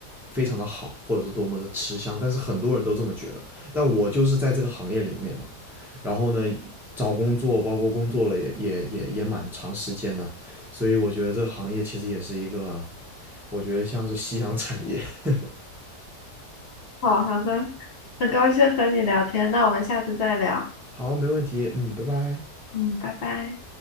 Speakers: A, in the centre; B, on the left.
A: 非常的好，或者是多么的吃香，但是很多人都这么觉得，但我就是在这个行业里面嘛，然后呢，找工作包括工作了也也也也蛮长时间的，所以我觉得这个行业其实也是一个，我觉得像是夕阳产业。<laughs>
B: 好好的，很高兴和你聊天，那我们下次再聊。
A: 好，没问题，嗯，拜拜。
B: 嗯，拜拜。